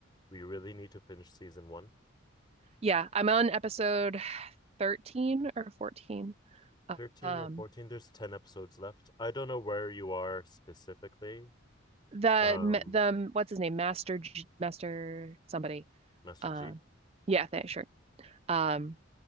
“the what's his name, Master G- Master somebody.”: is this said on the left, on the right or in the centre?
Right